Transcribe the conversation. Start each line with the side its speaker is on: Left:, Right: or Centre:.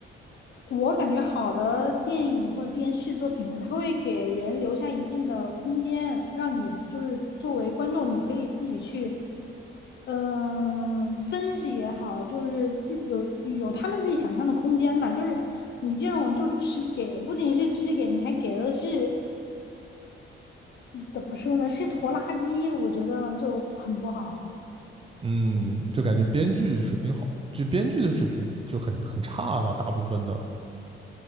Left: 我感觉好的电影或电视作品嘛，它会给人留下一定的空间，让你就是作为观众，你可以自己去，嗯、分析也好，就是自己有有他们自己想象的空间吧。就是你这种就只给，不仅是只给，你还给的是嗯怎么说呢？是拖拉机，我觉得就很不好了。
Right: 嗯，就感觉编剧水平好，就编剧的水平就很很差啊，大部分的